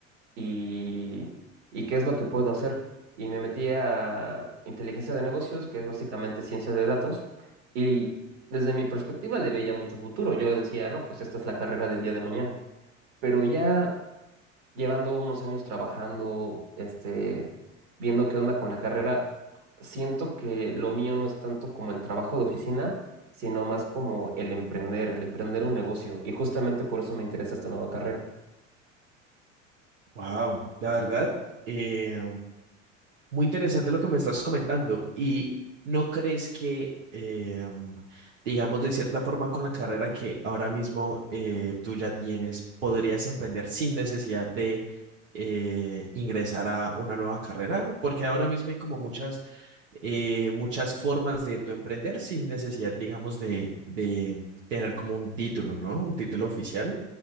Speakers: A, on the right (about 65°); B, on the right (about 80°).
A: y, y qué es lo que puedo hacer. Y me metí a inteligencia de negocios, que es básicamente ciencia de datos, y desde mi perspectiva le veía mucho futuro. Yo decía, no, pues esta es la carrera del día de mañana. Pero ya llevando unos años trabajando, este, viendo qué onda con la carrera, siento que lo mío no es tanto como el trabajo de oficina, sino más como el emprender, el emprender un negocio. Y justamente por eso me interesa esta nueva carrera.
B: Wow, la verdad, eh, Muy interesante lo que me estás comentando. ¿Y no crees que, eh, digamos, de cierta forma con la carrera que ahora mismo eh, tú ya tienes, podrías emprender sin necesidad de eh, ingresar a una nueva carrera? Porque ahora mismo hay como muchas, eh, muchas formas de tu emprender sin necesidad, digamos, de, de tener como un título, ¿no? Un título oficial.